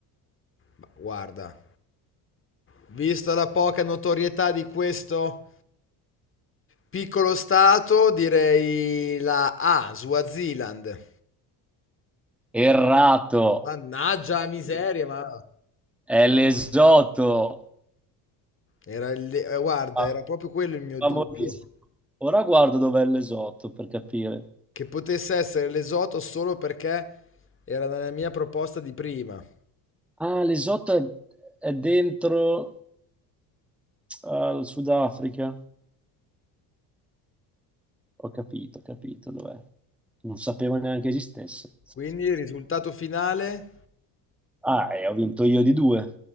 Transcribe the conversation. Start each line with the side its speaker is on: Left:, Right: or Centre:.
Left: ma Guarda, vista la poca notorietà di questo piccolo stato, direi la A, Swaziland.
Centre: <laughs> Errato.
Left: Mannaggia la miseria, ma
Centre: È l'esotto,
Left: era il- eh, guarda,
Centre: Fa-
Left: era proprio quello il mio
Centre: famosissimo.
Left: dubbio,
Centre: Ora guardo dov'è l'esotto per capire.
Left: che potesse essere l'esoto solo perché era nella mia proposta di prima.
Centre: Ah, l'esotto è, è dentro ah, al Sudafrica. Ho capito, ho capito dov'è. Non sapevo neanche esistesse.
Left: Quindi il risultato finale?
Centre: Ah, e ho vinto io di due.